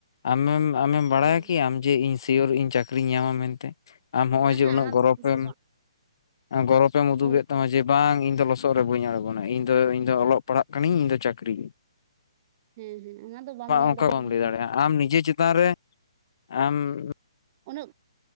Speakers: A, on the left; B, on the right.
A: ᱟᱢᱮᱢ ᱟᱢᱮᱢ ᱵᱟᱰᱟᱭᱟ
B: ᱦᱳᱭ
A: ᱠᱤ ᱟᱢ ᱡᱮ ᱤᱧ ᱥᱤᱭᱳᱨ ᱤᱧ ᱪᱟᱹᱠᱨᱤᱧ ᱧᱟᱢᱟ ᱢᱮᱱᱛᱮ? ᱟᱢ ᱦᱚᱸᱜᱼᱚᱭ
B: ᱟᱦᱟᱸ
A: ᱡᱮ ᱩᱱᱟᱹᱜ
B: ᱚᱱᱟ
A: ᱜᱚᱨᱚᱵᱮᱢ
B: ᱫᱚ ᱛᱤᱥ ᱦᱚᱸ ᱵᱟᱝ
A: ᱜᱚᱨᱚᱵᱮᱢ ᱩᱫᱩᱜᱮᱫ
B: ᱦᱳᱭ
A: ᱛᱟᱢᱟ, ᱡᱮ ᱵᱟᱝ ᱤᱧ ᱫᱚ ᱞᱚᱥᱚᱫ ᱨᱮ ᱵᱟᱹᱧ ᱟᱬᱜᱚᱱᱟ, ᱤᱧ ᱫᱚ ᱤᱧ ᱫᱚ ᱚᱞᱚᱜ ᱯᱟᱲᱦᱟᱜ ᱠᱟᱱᱟᱹᱧ ᱤᱧ ᱫᱚ ᱪᱟᱹᱠᱨᱤ ᱾
B: ᱦᱩᱸ ᱦᱩᱸ ᱚᱱᱟ ᱫᱚ, ᱵᱟᱢ
A: ᱚᱱᱠᱟ
B: ᱧᱮᱞ ᱫᱚᱦᱚ
A: ᱵᱟᱢ
B: ᱠᱟᱫᱟ
A: ᱞᱟᱹᱭ ᱫᱟᱲᱮᱭᱟᱜᱼᱟ
B: ᱥᱮ᱾
A: ᱟᱢ ᱱᱤᱡᱮ ᱪᱮᱛᱟᱱ ᱨᱮ, ᱟᱢ
B: ᱩᱱᱟᱹᱜ